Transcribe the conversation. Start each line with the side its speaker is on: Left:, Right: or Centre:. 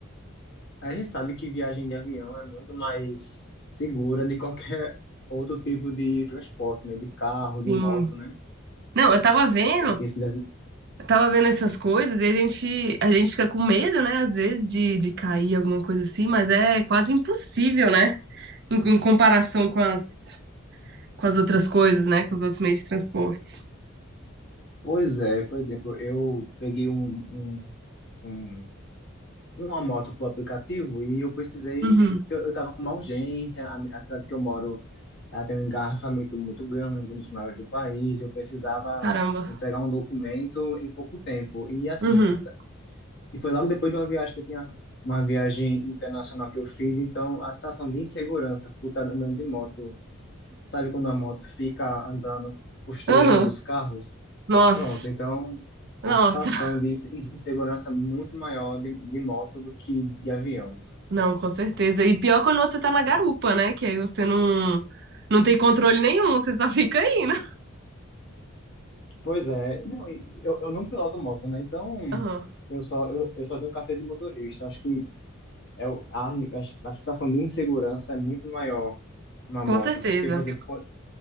Left: A gente sabe que viagem de avião é muito mais segura de qualquer outro tipo de transporte, né? De carro, de
Right: Sim.
Left: moto, né?
Right: Não, eu tava vendo,
Left: E que se
Right: eu tava vendo essas coisas e a gente, a gente fica com medo, né? Às vezes de, de cair alguma coisa assim, mas é quase impossível, né? Em, em comparação com as, com as outras coisas, né? Com os outros meios de transporte.
Left: Pois é, por exemplo, eu peguei um, um, um uma moto por aplicativo e eu precisei,
Right: Uhum.
Left: eu, eu tava com uma urgência, a, a cidade que eu moro, ela tem um engarrafamento muito grande, um dos maiores do país, eu precisava
Right: Caramba.
Left: entregar um documento em pouco tempo. E assim,
Right: Uhum.
Left: essa, e foi logo depois de uma viagem que eu tinha, uma viagem internacional que eu fiz, então a sensação de insegurança por estar andando de moto, sabe quando a moto fica andando, costurando
Right: Uhum.
Left: os carros?
Right: Nossa.
Left: Pronto, então a
Right: Nossa.
Left: sensação
Right: <laughs>
Left: de inse- insegurança é muito maior de, de moto do que de avião.
Right: Não, com certeza. E pior quando você tá na garupa, né? Que aí você não, não tem controle nenhum, você só <laughs> fica indo.
Left: Pois é, não, e eu, eu não piloto moto, né? Então
Right: Uhum.
Left: eu só, eu, eu só tenho carteira de motorista. Acho que é, o- a, a, a sensação de insegurança é muito maior na
Right: Com
Left: moto.
Right: certeza.
Left: Porque, por exemplo, quando,